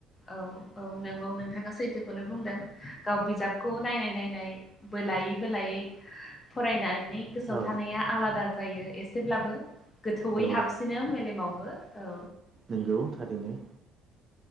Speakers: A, on the left (about 30°); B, on the right (about 40°).
A: औ औ नंगौ नोंथाङा सैथो बेखौनो बुंदों गाव बिजाबखौ नायनाय नायनाय बोलायै बोलायै फरायनानै गोसोआव
B: औ
A: थानाया आलादा जायो एसेब्लाबो गोथौयै
B: औ
A: हाबसिनो मेलेमावबो औ
B: नोंगौ थारैनो।